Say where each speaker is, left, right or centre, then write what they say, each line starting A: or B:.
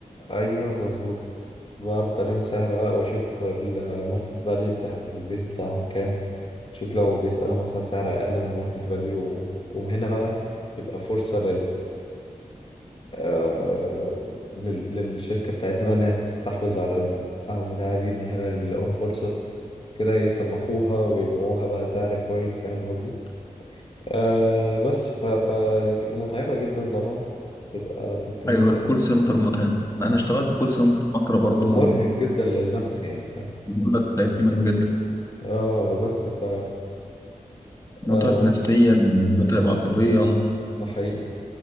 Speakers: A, on the left; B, on the left.
A: ايوه مظبوط واعرض عليهم سعر بقى واشوف الماركت فاليو بتاعت البيت بتاعهم كام شوف لو بيسألوا مثلا سعر اقل من الماركت فاليو ومن هنا بقى يبقى فرصة آه، لل- للشركة بتاعتنا بقى إنها تستحوذ على ال- على البتاعة دي إن هنا يلاقوها فرصة كده يصلحوها ويبيعوها بقى سعر كويس فاهم قصدي؟ آه بس ف... ف متعبة جدا طبعا تبقى تطم-
B: أيوة الكول سنتر متعب أنا اشتغلت كول سنتر فترة برضو
A: مرهق جدا للنفس يعني فاهم؟
B: بقول لك تعبت منه جدا
A: اه بس ف
B: متعب
A: آه
B: نفسيا متعب عصبيا
A: ده حقيقي